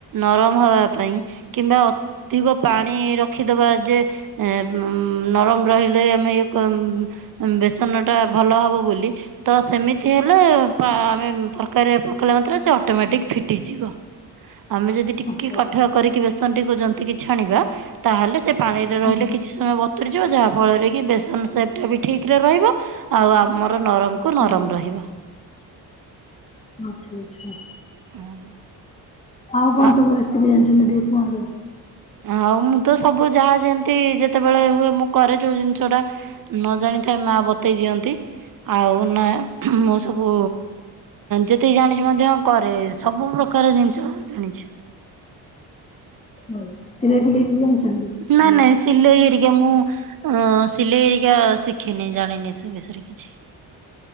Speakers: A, on the right (about 55°); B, on the left (about 15°).
A: ନରମ ହବା ପାଇଁ କିମ୍ବା ଧିକ ପାଣି ରଖିଦବା ଯେ ଏ ଉଁ ନରମ ରହି ଦେଇ ଆମେ ଏଇଆକୁ ଉମ, ଉମ ବେସନ ଟା ଭଲ ହବ ବୋଲି ତ ସେମିତି ହେଲେ ପାଁ ଆମେ ତରକାରୀରେ ପକେଇଲା ମାତ୍ରେ ସେ ଅଟୋମେଟିକ ଫିଟିଯିବ। ଆମେ ଯଦି ଟିକ
B: ଆଚ୍ଛା
A: କେ କାଠୁଆ
B: ଆଚ୍ଛା
A: କରିକି ବେସନ ଟିକୁ ଜନ୍ତିକିି ଛାଣିବା, ତାହେଲେ ସେ ପାଣିରେ ରହିଲେ
B: ହୁଁ
A: କି କିଛି ସମୟ ବତୁରିଯିବ, ଯାହା ଫଳରେ କି ବେସନ ସେପ୍ ଟା ବି ଠିକ ରେ ରହିବ ଆଉ ଆମର ନରମ କୁ
B: ହୁଁ
A: ନରମ ରହିବ।
B: ଅଁ ଆଛା! ଆଛା!
A: <unintelligible>
B: ଆଉ କଣ
A: ଆ
B: ସବୁ ରେସିପି ଜାଣିଛନ୍ତି? ଟିକେ କୁହନ୍ତୁ।
A: ଆଉ ମୁଁ ତ ସବୁ ଯାହା ଯେମତି ଯେତେବେଳେ ହୁଏ ମୁଁ କରେ ଯୋଉ ଜିନିଷ ଟା ନ ଜାଣିଥାଏ ମା ବତେଇ ଦିଅନ୍ତି। ଆଉ ନା ମୁଁ ସବୁ ଯେତିକି ଜାଣିଛି ମଧ୍ୟ କରେ ସବୁ ପ୍ରକାର ଜିନିଷ ଜାଣିଛି।
B: ହଉ ସିଲେଇ ଫିଲେଇ ବି ଜାଣିଛନ୍ତି?
A: ନାଇ
B: ହୁଁ
A: ନାଇଁ ସିଲେଇ ହେରିକା ମୁଁ, ଅ ସିଲେଇ ହେରିକା ଶିଖିନି ଜାଣିନି ସେ ବିଷୟରେ କିଛି